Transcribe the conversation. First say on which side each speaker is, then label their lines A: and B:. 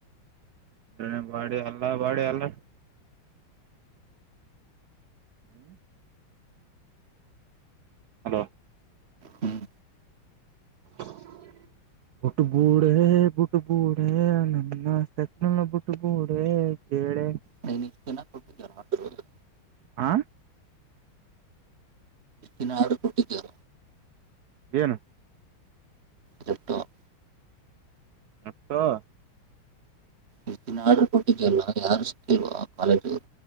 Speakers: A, on the right (about 65°); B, on the right (about 35°).
A: ಅ ಬಾಡಿ ಅಲ್ಲ ಬಾಡಿ ಅಲ್ಲ ಹ್ಮ್ <inaudible> ಹಲೋ
B: ಹ್ಮ್
A: <inaudible> ಬುಟ್ ಬೂಡೆ ಬುಟ್ ಬೂಡೆ ನನ್ನ ಸಕ್ನಲ್ಲ ಬುಟ್ಬೂಡೆ ಕೇಳೆ
B: ನ ನಿ ಕೊಟ್ಟ <inaudible>
A: ಆ
B: ಇನ ಆಡು ಪುಟ್ಟಿ ತ
A: ಏನು
B: ಜತೋ <inaudible>
A: <unintelligible>
B: ಇ ದಿನ ಆಡ್ರ ಕೊಟ್ಟಿದ್ಯಲ್ಲ ಯಾರು ಸಿತಿಲ್ವಾ ಕಾಲೇಜವರು